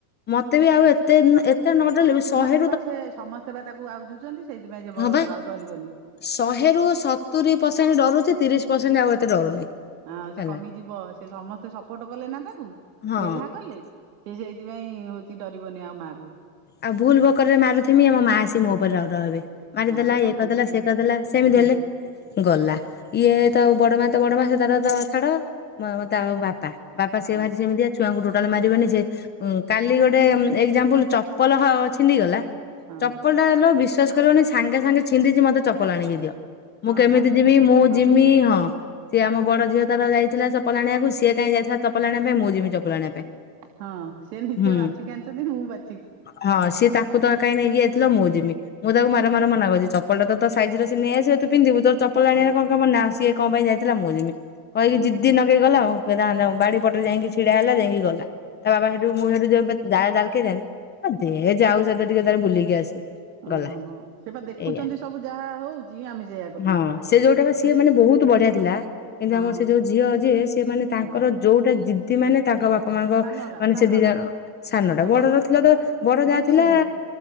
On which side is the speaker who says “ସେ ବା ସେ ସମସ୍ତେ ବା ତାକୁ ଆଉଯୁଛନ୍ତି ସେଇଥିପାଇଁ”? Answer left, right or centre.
Right